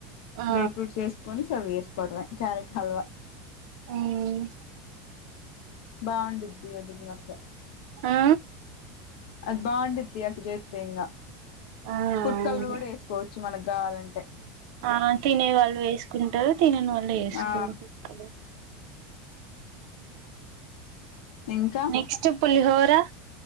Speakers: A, on the right (about 60°); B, on the left (about 70°).
A: ఆ
B: డ్రై ఫ్రూట్స్ ఏసుకొని సర్వ్ చేస్ సుకొవడమే క్యారెట్ హల్వా
A: ఉమ్
B: బాగుండిది అది ఇంగ అట్ట
A: ఆ
B: అది బావుండిది అట్ట జెతె ఇంగా
A: ఆ
B: ఫుడ్ కలర్ కూడా వేసుకో చ్చు మనకు కావాలంటే
A: ఆ తినే వాళ్లు వేసుకుంటారు తినని వాళ్లు వేసుకోరు
B: ఆ
A: కలర్
B: ఇంకా
A: నెక్స్ట్ పులిహో ర